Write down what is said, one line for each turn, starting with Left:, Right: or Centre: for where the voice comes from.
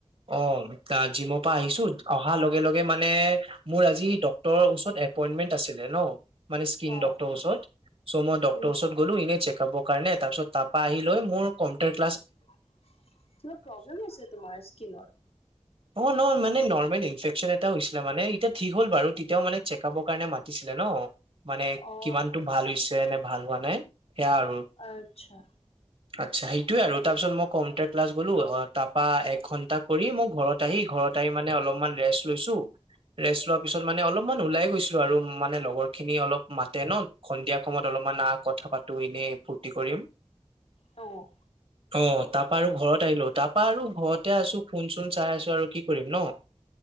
Right: অ'! <unintelligible> জিমৰ পৰা আহিছোঁ। অ'! অহা লগে লগে মানে, মোৰ আজি ডক্তৰৰ ওচৰত এপইন্টমেন্ট আছিলে ন'? মানে, স্কিন
Left: অ
Right: ডক্তৰ ওচৰত, চ' মই ডক্তৰ
Left: উম
Right: ওচৰত গ'লো, এনেই চেক-আপৰ কাৰণে। তাৰপিছত, তাৰপা, আহি লৈ মোৰ কন্টেক্ট
Left: কিবা প্ৰব্লেম হৈছে, তোমাৰ স্কিনত?
Right: অ'! নহয়। মানে, নৰ্মেল ইনফেকচন এটা হৈছিলে মানে। এতিয়া ঠিক হ'ল বাৰু। তেতিয়াও মানে, চেক-আপৰ কাৰণে মাতিছিলে ন'। মানে,
Left: অ
Right: কিমানতো ভাল হৈছে, নে ভাল হোৱা নাই! সেয়া আৰু।
Left: আচ্ছা!
Right: আচ্ছা! সেইটোৱে আৰু। তাৰপিছত, মই কম্পিউটাৰ ক্লাছ গলোঁ আৰু তাৰপা, এখন <unintelligible> কৰি, মোৰ ঘৰত আহি, ঘৰত আহি মানে, অলপমান ৰেষ্ট লৈছোঁ। ৰেষ্ট লোৱাৰ পিছত মানে, অলপ ওলাই গৈছিলোঁ আৰু। মানে, লগৰ খিনি অলপ মাতে ন'! সন্ধিয়া সময়ত অলপমান আঁ, কথা পাতোঁ, এনেই ফূৰ্তি কৰিম।
Left: অ'!
Right: অ'! তাৰপা আৰু ঘৰত আহিলোঁ। তাৰপা আৰু ঘৰতে আছোঁ, ফোন- চোন চাই আছোঁ আৰু। কি কৰিম ন'?